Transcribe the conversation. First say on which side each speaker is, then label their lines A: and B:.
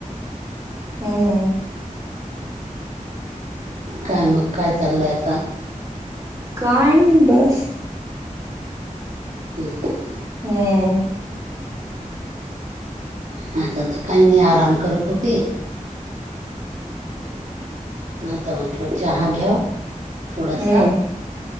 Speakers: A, on the right; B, on the right.
A: हा हा.
B: काय मग काय चाललंय आता
A: का <unintelligible> बस.
B: हम्.
A: हम्म.
B: माझा तर काही नाही आराम करत होते. हता मटल चहा घ्याव थोडासा
A: हम्म